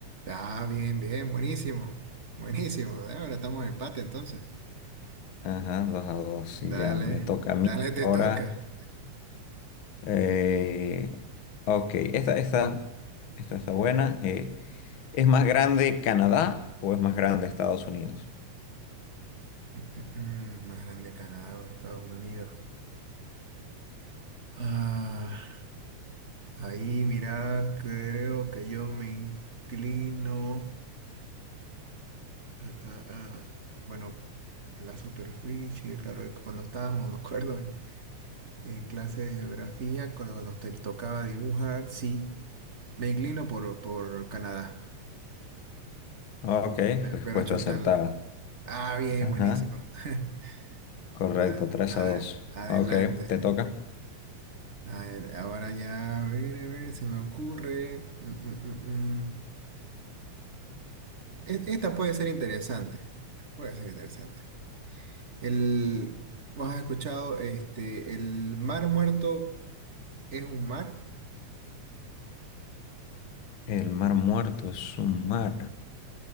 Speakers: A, on the right; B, on the left.
A: Ah, bien, bien, buenísimo, buenísimo. Ah, Ahora estamos en empate entonces.
B: Ajá, dos a dos. y
A: Dale,
B: Ya, me toca a mí
A: dale, te
B: ahora.
A: toca.
B: Eh, ok, esta, esta, esta está buena. Eh, ¿es más grande Canadá o es más grande Estados Unidos?
A: Mm, mm, mm, Más grande Canadá o Estados Unidos. Ah, ahí, mira, creo que yo me inclino. ah, ah, ah, Bueno, la superficie, claro, es que cuando estábamos, me acuerdo, en, en clase de geografía, cuando nos te tocaba dibujar, sí. Me inclino por, por Canadá.
B: Ok,
A: Espero
B: respuesta
A: achontarle.
B: acertada.
A: Ah, bien,
B: Ajá.
A: buenísimo. <laughs>
B: Correcto,
A: A-
B: tres a
A: a-
B: dos,
A: adelante.
B: Ok, te toca.
A: A ver, ahora ya, a ver, a ver, se me ocurre. Mm, mm, mm, mm. E- Esta puede ser interesante. Puede ser interesante. El, ¿vos has escuchado? Este, el mar muerto es un mar.
B: El mar muerto es un mar.